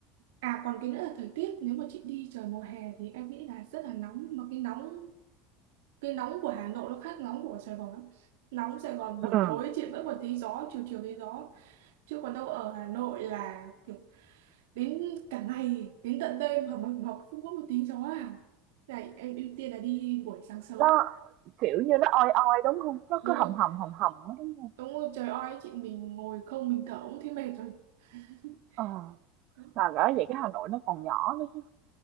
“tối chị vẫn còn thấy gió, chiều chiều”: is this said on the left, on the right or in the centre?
Right